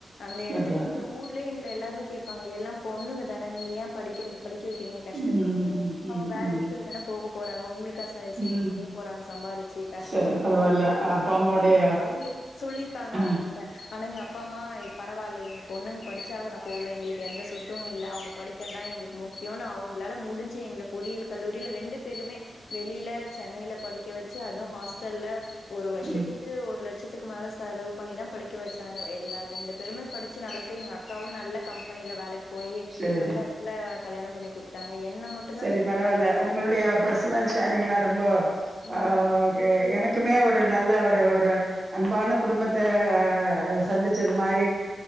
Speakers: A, on the left; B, on the right.
A: அந்த எடத்துலே
B: பரவால்ல
A: அந்த ஊர்லே எங்க எல்லாருமே கேப்பாங்க எல்லா பொண்ணுங்க தான நீங்க ஏ படிக்கிறீங்க படிக்க வைக்கிறீங்க கஷ்டப்பட்டு
B: ம் ம் ம்
A: அவங்க
B: ம்
A: வேற வீட்டுக்கு தான போக போறாங்க உங்களுக்கா செய்ய
B: ம்
A: போறாங்க சம்பாறிச் கஷ்டப்படனு
B: சரி பரவால்ல
A: நீங்க சேத்து வவச்சுக்கோங்க
B: அப்பா அம்மாவுடைய
A: அப்டின்ற மாரி சொல்லிருக்காங்க
B: அ
A: அவங்ககிட்ட ஆனா எங்க அப்பா அம்மா பரவால்ல எங்க பொண்ணுங்க படிச்சாவ ந போது எங்களுக்கு எந்த சொத்து இல்ல அவங்க படிப் கள் தா எங்களுக்கு முக்கியோ அவுங்களால முடிஞ்சு எங்ளுக் பொறியியல் கல்லூரில ரெண்டு பேருமே வெளில சென்னைல படிக்க வச்சு அதுவு ஹாஸ்டல்ல ஒரு வருஷத்துக்கு
B: ம்
A: ஒரு லட் சத்துக்கு மேல செலவு பண்ணிதா படிக்க வைச்சாங்க எல்லா ரெண்டு பேருமே படிச்சு நல்லபடியா எங்க அக் அக்கவு நல்ல கம்பெனில வேலைக்கு போய்
B: சரி
A: நல்ல எடத்துல கல்யாணம் பண்ணி கொடுத்தாங்க என்ன ம
B: செரி பரவால்ல ஒங்களுடைய பர்சனல் ஷேரிங்லாம் ரொம்ப
A: ம்
B: ஆ அ எனக்குமே ஒரு நல்ல ஒரு ஒரு அன்பான குடும்பத்த ஆ சந்திச்சது மாதிரி